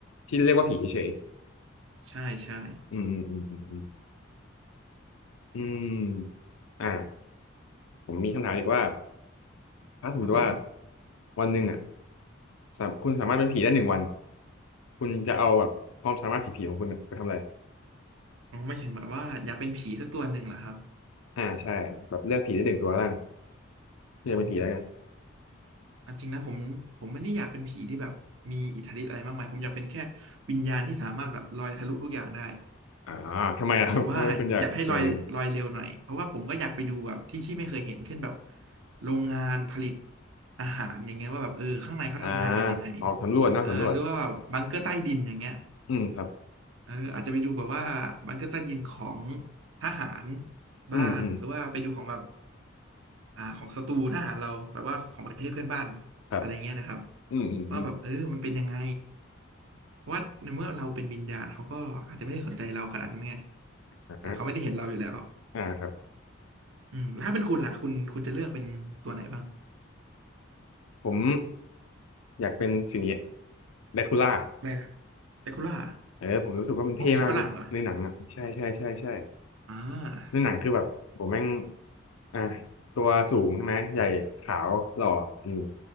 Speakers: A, on the left (about 85°); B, on the right (about 75°).
A: ที่เรียกว่าผีเฉย
B: ใช่ใช่
A: ๆอืมอืมอืมอืมอืมอืมอ่าผมมีคำถามอีกว่าถ้าสมมติว่า
B: ครับผม
A: วันหนึ่งอ่ะสามคุณสามารถเป็นผีได้หนึ่งวันคุณจะเอาแบบความสามารถผีๆของคุณอะไปทำอะไร
B: อ๋อไม่ถึงแบบว่าอยากเป็นผีสักตัวหนึ่งเหรอครับ
A: อ่าใช่แบบเลือกผีได้หนึ่งตัวแล้วกันคุณจะเป็นผีแล้วกัน
B: โอ้ อันจริงนะผมผมไม่ได้อยากเป็นผีที่แบบมีอิทธิฤทธิ์อะไรมากมายผมอยากเป็นแค่วิญญาณที่สามารถแบบลอยทะลุทุกอย่างได้
A: อ่าทำไมอะครับ
B: แต่ว่าอยากให้ลอยลอยเร็วหน่อยเพราะว่าผมก็อยากไปดูแบบที่ที่ไม่เคยเห็นเช่นแบบ
A: <laughs> ทำไมคุณอยากเป็นกัน
B: โรงงานผลิตอาหารอย่างเงี้ยว่าแบบเออข้างในเขาทำงานกันยังไง
A: อ่าออกสำรวจนะสำรวจ
B: อ่าหรือว่าแบบบังเกอร์ใต้ดินอย่างเงี้ย
A: อืมครับ
B: เอออาจจะไปดูแบบว่าบังเกอร์ใต้ดินของทหาร
A: อืมอืม
B: บ้างหรือว่าไปดูของแบบอ่าของศัตรูทหารเราแบบว่าของประเทศเพื่อนบ้าน
A: ครับ
B: อะไรเงี้ยนะครับ
A: อืมอืมอืม
B: ว่าแบบเออมันเป็นยังไงเพราะว่าในเมื่อเราเป็นวิญญาณเขาก็อาจจะไม่ได้สนใจเราขนาดนั้นไง
A: อ่า
B: นะเขาไม่ได้เห็นเราอยู่แล้ว
A: อ่าครับ
B: อืมแล้วถ้าเป็นคุณล่ะคุณคุณจะเลือกเป็นตัวไหนบ้าง
A: ผมอยากเป็นสิ่งนี้แดคูล่า
B: อะไรนะเปคุณล่า
A: เออผมรู้สึกว่ามันเท่มากในหนังอ่ะใช่ใช่ใช่ใช่
B: เพราะมอผีฝรั่งเหรออ่า
A: ในหนังคือแบบผมแม่งอ่าตัวสูงใช่ไหมใหญ่ขาวหล่ออืม